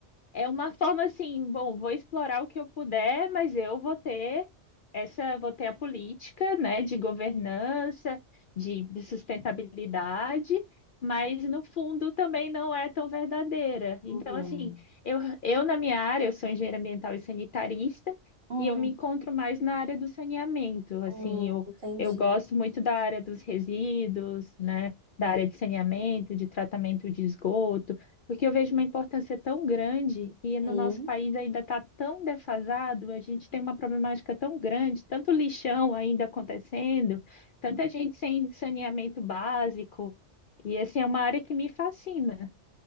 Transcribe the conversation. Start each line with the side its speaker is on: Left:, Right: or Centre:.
Left: é uma forma assim, bom, vou explorar o que eu puder, mas eu vou ter essa, vou ter a política, né, de governança, de, de sustentabilidade, mas no fundo também não é tão verdadeira. Então,
Right: Uhum.
Left: assim, eu, eu na minha área, eu sou engenheira ambiental e sanitarista,
Right: Hum,
Left: e eu me encontro mais na área do saneamento. Assim,
Right: hum,
Left: eu,
Right: entendi.
Left: eu gosto muito da área dos resíduos, né, da área de saneamento, de tratamento de esgoto. Porque eu vejo uma importância tão grande e no
Right: Sim.
Left: nosso país ainda está tão defasado, a gente tem uma problemática tão grande, tanto lixão ainda acontecendo, tanta gente sem saneamento básico. E assim, é uma área que me fascina.